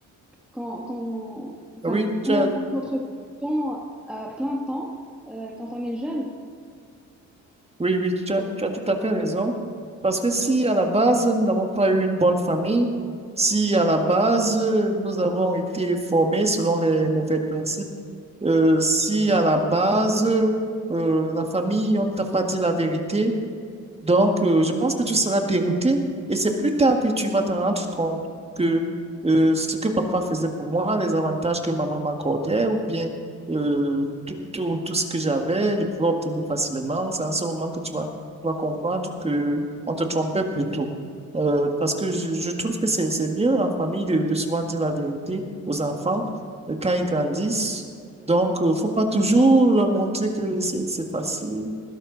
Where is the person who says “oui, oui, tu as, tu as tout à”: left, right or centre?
Right